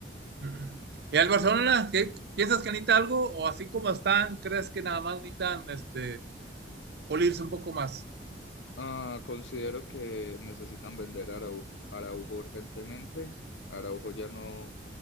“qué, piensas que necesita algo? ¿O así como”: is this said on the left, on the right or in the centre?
Right